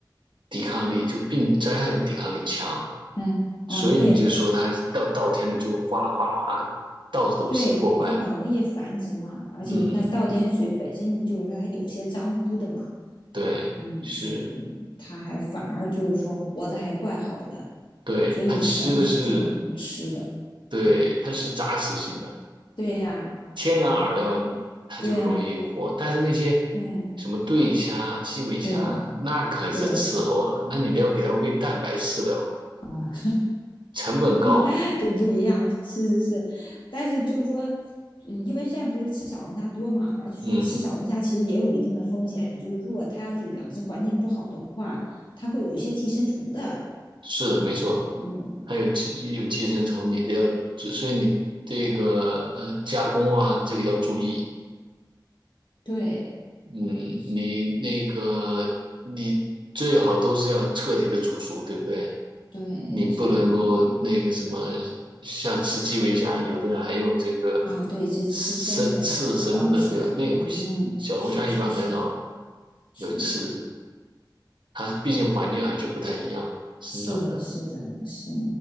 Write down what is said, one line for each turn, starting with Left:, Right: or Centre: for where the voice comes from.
Right: 抵抗力，就病灾害的抵抗力强，
Left: 嗯嗯，
Right: 所以你就说它到稻田里就哗啦哗啦哗，
Left: 对
Right: 到处都是破坏嘛。
Left: 对，就很容易繁殖嘛。而且你看倒点水本身就是说它有些脏污的嘛，
Right: 嗯，对，
Left: 嗯，
Right: 是，
Left: 所以它还反而就是说活的还怪好的。
Right: 对，
Left: 所以以前这种都不吃的，
Right: 它吃的是，对，
Left: 嗯，
Right: 它是杂食性的，
Left: 对呀、
Right: 天然饵料
Left: 哎，
Right: 它就容易活，
Left: 对呀、
Right: 但是那些
Left: 对呀、
Right: 什么对虾、基围虾，
Left: 对
Right: 那可是伺候了，
Left: 对
Right: 那你得要给它喂蛋白饲料，
Left: 啊、
Right: 成本高。
Left: <laughs> 就不一样，是是是。但是就是说，嗯，因为现在不是吃小龙虾多嘛，而且说吃小龙虾其实也有一定的风险，
Right: 嗯，
Left: 就是如果它要是养殖环境不好的话，它会有一些寄生虫的，
Right: 是的，没错，
Left: 嗯，
Right: 还有寄有寄生虫，你得要，所以你这个呃加工啊，这个要注意。
Left: 对，
Right: 嗯，
Left: 是，
Right: 你那个你最好都是要彻底的煮熟，对不对？
Left: 对，
Right: 你不能够那个什么，
Left: 反正
Right: 像吃基围虾，有的人还用这个
Left: 啊，对，就吃生的那种方式，
Right: 生刺身的，对吧？那个不行。
Left: 嗯，
Right: 小龙虾一般很少
Left: 是是是是
Right: 有吃，它毕竟环境还是不太一样生长的。
Left: 是的，是的，是。